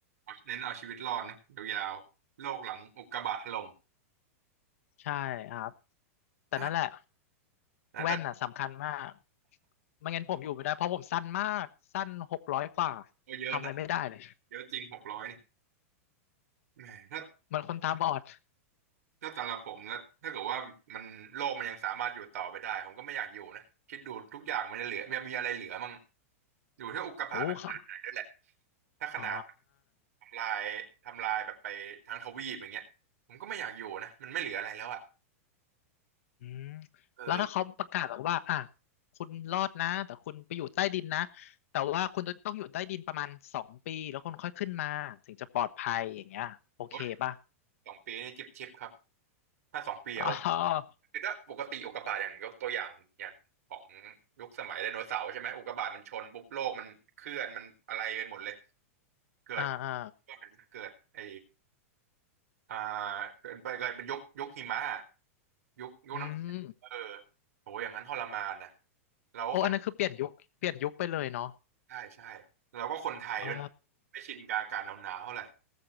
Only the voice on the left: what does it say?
ใช่ครับแต่นั่นแหละ
แว่นอ่ะสำคัญมากไม่งั้นผมอยู่ไม่ได้เพราะผมสั้นมากสั้นหกร้อยกว่า
ทำอะไรไม่ได้เลย
เหมือนคนตาบอด
โอ้ค่ะ
อ๋อ
อืม
แล้วถ้าเขาประกาศบอกว่าอ่ะคุณรอดนะแต่คุณไปอยู่ใต้ดินนะแต่ว่าคุณจะต้องอยู่ใต้ดินประมาณสองปีแล้วคุณค่อยขึ้นมาถึงจะปลอดภัยอย่างเงี้ยโอเคป่ะ
อ๋อ
อ่าอ่า
อืม
โอ้อันนั้นคือเปลี่ยนยุคเปลี่ยนยุคไปเลยเนาะ
อ๋อ